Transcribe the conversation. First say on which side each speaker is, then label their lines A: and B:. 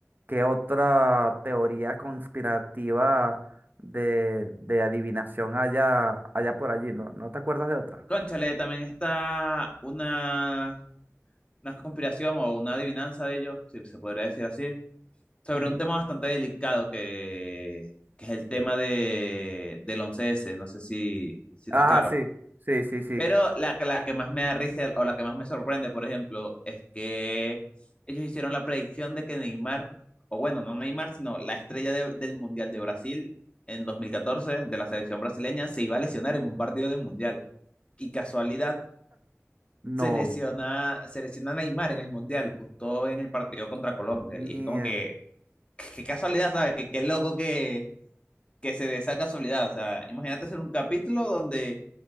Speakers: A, on the right; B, on the left.
A: qué otra teoría conspirativa de, de adivinación haya, haya por allí, ¿no? ¿No te acuerdas de otra?
B: Cónchale, también está una, una conspiración o una adivinanza de ellos, si se podría decir así, sobre
A: Ujú.
B: un tema bastante delicado que, que es el tema de, del 11S, no sé si, si
A: Ajá,
B: estás claro.
A: sí, sí, sí, sí.
B: Pero la, que la que más me da risa o la que más me sorprende, por ejemplo, es que ellos hicieron la predicción de que Neymar, o bueno, no Neymar, sino la estrella de- del Mundial de Brasil en 2014, de la selección brasileña, se iba a lesionar en un partido del Mundial. Y casualidad,
A: No,
B: se lesiona, se lesiona Neymar en el Mundial, justo en el partido contra Colombia.
A: mie-
B: Y es como que qué casualidad, ¿sabes? Qué, qué loco que, que se dé esa casualidad. O sea, imagínate hacer un capítulo donde,